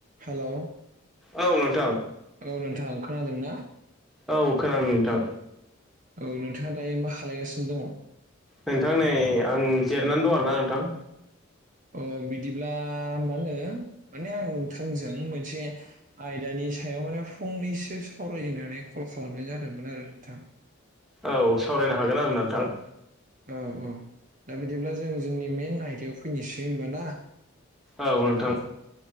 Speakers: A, on the right; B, in the centre.
A: Hello
B: औ नोंथां
A: औ नोंथां खोनादोंना
B: औ खोनादों नोंथां
A: औ नोंथाङा दायो मा खालायगासिनो दङ
B: नोंथां नै आं जिरनानै दं ना नोंथां
A: अ बिदिब्ला मा होनो माने आं नोंथांजों मोनसे आयदानि सायाव माने फंनैसो सावरायनो होननानै कल खालामनाय जादोंमोन आरो नोंथां
B: औ सावरायनो हागोन आरो नोंथां
A: औ औ दा बिदिब्ला जों जोंनि मेन आयदायाव फैनोसै होमबाना
B: औ नोंथां